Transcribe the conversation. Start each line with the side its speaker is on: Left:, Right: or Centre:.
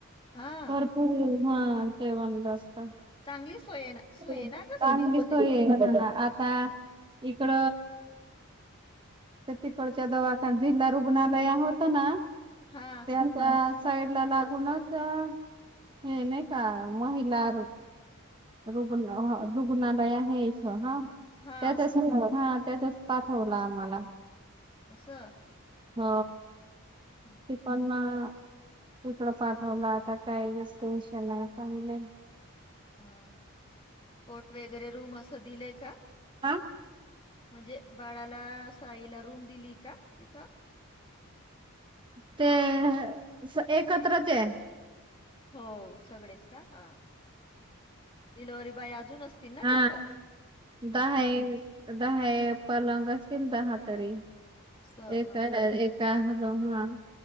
Left: हा
Right: भरपूर हा ते म्हणलंस <unintelligible>
Left: चांगली सोय आहे ना सोय आहे ना ग सिव्हिल मध्ये पण.
Right: अ तर तीकडच्या दवाखान्या जिल्हा रुग्णालय होत ना
Left: हा
Right: त्याचा साईड ला लागूनच हे नाही का महिला आरो रुग् रुग्णालय आहे इथ हा
Left: हा
Right: त्याच्या जसपात होला आम्हाला.
Left: असं
Right: हो
Left: हा
Right: ते पण मग इकडं पाठवलं आता काय जास्त टेन्शन नई आता म्हणे
Left: हा कोट वगैरे रूम असं दिलय का?
Right: हा
Left: म्हणजे बाळाला साईला रूम दिली का तिथं?
Right: ते... स... एकत्रचए.
Left: हो सगळेच का... हा... डिलव्हरी बॉय अजून... असतील ना
Right: हा
Left: तिथं? हो.
Right: दहा एक दहा एक पलंग असतील दहा तरी
Left: असं
Right: एक
Left: हां.
Right: हाय एका रूम